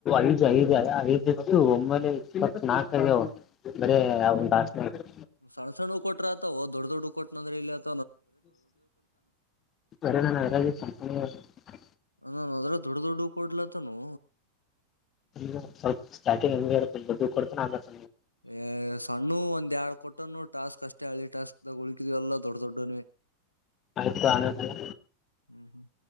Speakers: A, on the left; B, on the left.
A: ಐದು್ ಐದು ಐದತ್ತುು ಒಮ್ಮ ಇಪ್ಪತ್ ನಾಲ್ಕ ಉಂಟು ಬರ ಒಂದು ಆಾಸ <unintelligible>
B: ಸಣ ಸಣ್ಣ ಕೊಟ್ರಾ ಆತವೂ ದೊಡ್ಡ ದೊಡ್ಡ ಕೊಟ್ಟನಂದ್ರ ಎಲ್ಲಿ ಆತವು
A: ಅರ ನಾನ ಎರಾಜ ಕಂಪನಿ <unintelligible>
B: ನನ್ನದರಗ ದೊಡ್ಡ ದೊಡ್ಡು ಕೊಡ್ಲತನೊ
A: ಹಲ್ಲ ಸ್ವಲ್ಪ ಸ್ಟಾಟಿಂಗ್ ಅಂಗೆ ಇರತದ ದೂಡ್ಡವು ಕೊಡ್ತಾನ ಆಮಲೆ
B: ಏ ಸಣ್ಣುವು ಒಂದ್ ಎಡ್ ಕೊಟ್ಟನು ಟಾಸ್ಕ್ ಅಷ್ಟೇ ಹಳಿ ಟಾಸ್ಕ್ ದ ಉಳಿಕಿದುವೆಲ್ಲ ದೂಡ್ಡ ದೊಡ್ಡ ನೆ
A: ಆಯ್ತು ಆಮೇಲೆ
B: ಹ್ಮ್ ಹ್ಮ್